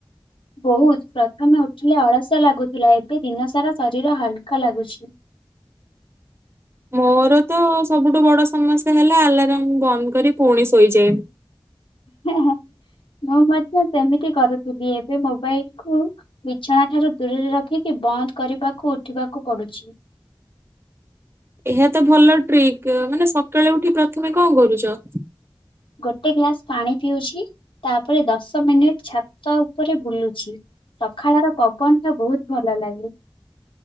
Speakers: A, on the left; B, on the right.
A: ବହୁତ ପ୍ରଥମେ ଉଠିଲେ ଅଳସୁଆ ଲାଗୁଥିଲା ଏବେ ଦିନ ସାରା ଶରୀର ହାଲୁକା ଲାଗୁଛି।
B: ମୋରତ ସବୁଠୁ ବଡ ସମସ୍ୟା ହେଲା ଆଲାରାମ ବନ୍ଦ କରି ପୁଣି ଶୋଇଯାଏ।
A: ହେଁ ହେଁ ମୁଁ ମଧ୍ୟ ସେମିତି କରୁଥିଲି ଏବେ ମୋବାଇଲକୁ ବିଛଣା ଠାରୁ ଦୂରରେ ରଖିକି ବନ୍ଦ କରିବାକୁ ଉଠିବାକୁ ପଡୁଛି।
B: ଏହାତ ଭଲ ଟ୍ରିକ ମାନେ ସକାଳେ ଉଠିକି ପ୍ରଥମେ କଣ କରୁଚ?
A: ଗୋଟେ ଗ୍ଲାସ ପାଣି ପିଉଛି ତାପରେ ଦଶ ମିନିଟ ଛାତ ଉପରେ ବୁଲୁଛି ସକାଳ ର ପବନ ଟା ବହୁତ ଭଲ ଲାଗେ